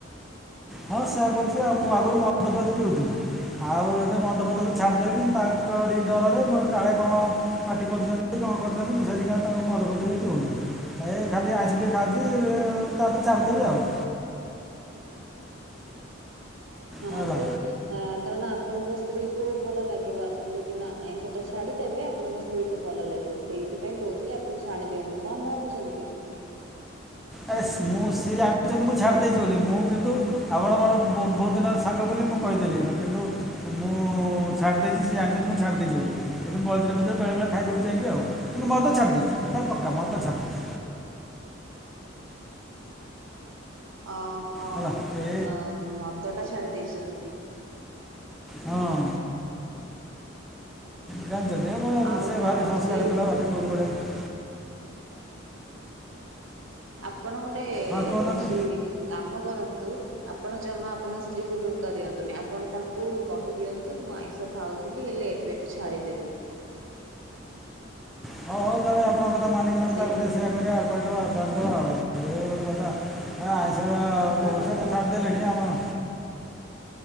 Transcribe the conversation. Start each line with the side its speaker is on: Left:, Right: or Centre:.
Centre: ହଁ ସେଇୟା କହୁଛି ଆଉ ମୁଁ ଆଗରୁ ମଦ ଫଦ ପିଉଥିଲି। ଆଉ ଏବେ ମଦ ପଦ କୁ ଛାଡ଼ିଦେଲେଣିି ତାଙ୍କରି ଡରରେ ମୁଁ କାଳେ କଣ ପାଟି କରୁଚ୍ଚନ୍ତି କଅଁ କରୁଛନ୍ତି ମୁଁ ସେଠିକା ଆଉ ମଦ ଫଦ ବି ପିଉନି। ଏ ଖାଲି ଆଇଁଷ ଟିକେ ଖାଉଛି ଉଁ ତାପରେ ଛାଡ଼ିଦେବି ଆଉ
Right: ହଁ
Centre: ହେଲା
Right: ସେ ଅଁ କାରଣ ଆପଣଙ୍କ ସ୍ତ୍ରୀ କୁ ଭଲ ଲାଗିବ ଆପଣ ଯୋଉ ଦିନ ଆଇଁଷ ଟା ଛାଡିଦେବେ ଆପଣଙ୍କ ସ୍ତ୍ରୀ ସ୍ତ୍ରୀ କୁ ଭଲ ଲାଗିବ ସେଇଥିପାଇଁ କହୁଥିଲେ ଆପଣ ଛାଣି ଦିଅନ୍ତୁ କଣ ଭାବୁଛନ୍ତି?
Centre: ଆରେ ସି ମୁଁ ସିଏ ଜାଣିଛନ୍ତି ମୁଁ ଛାଡି ଦେଇଛି ବୋଲି ମୁଁ କିନ୍ତୁ ଆପଣ ମୋର ବେ ବେହୁତ ଦିନ ର ସାଙ୍ଗ ବୋଲି ମୁଁ କହିଦେଲି କିନ୍ତୁ ମୁଁ ଛାଡ଼ିଦେଇଚି ସେ ଜାଣିଛନ୍ତି ମୁଁ ଛାଡ଼ିଦେଇଚି ବୋଲି କିନ୍ତୁ ମଝିରେ ମଝିରେ ବେଳେ ଖାଇଦଉଛି ଯାଇଁ କି ଆଉ କିନ୍ତୁ ମଦ ଛାଡ଼ି ଦେଇଛି ଏଇଟା ପକ୍କା ମଦ ଛାଡ଼ିଦେଇ
Right: ଅହ
Centre: ହେଲା ଏ
Right: ଅଁ ମଦଟା ଛାଡ଼ି ଦେଇଛନ୍ତି।
Centre: ହଁ। ଜାଣିଛନ୍ତି ମୋ
Right: ଆଉ
Centre: ସେ
Right: କଣ
Centre: ଭାରି ସଂସ୍କାରୀ
Right: ସିଏ
Centre: ପିଲା ଭାରି ଦୋରୁ ବଡିଆ ପି
Right: ଆପଣ ଗୋଟେ
Centre: ହଁ କହୁନାହାନ୍ତି
Right: ହଉଛି କାମ କରନ୍ତୁ। ଆପଣ ଜମା ଆପଣ ସ୍ତ୍ରୀକୁ ଧୋକା ଦିଅନ୍ତୁନି ଆପଣ ତାଙ୍କୁ କହିଦିଅନ୍ତୁ ମୁଁ ଆଇଁଷ ଖାଉଥିଲି ହେଲେ ଏବେ ଠୁ ଛାଡ଼ିଦେବି।
Centre: ହଉ ହଉ ତାହେଲେ ଆପଣଙ୍କ କଥା ମାନିକି ନହେଲେ
Right: ସେ
Centre: ତାକୁ ଗୋଟେ ସେୟା କରିବା କହିଦବା ଆଉ ଧରିଦବା ଆଉ ଇ ଏ ଗୋଟେ କଥା
Right: ହଁ
Centre: ଆଁ ଆଇଁଷ ଖାଇବା
Right: କାରଣ
Centre: ଓଷା
Right: ଭ
Centre: ତ ଛାଡ଼ିଦେଲେଣି। ସେ ଆମ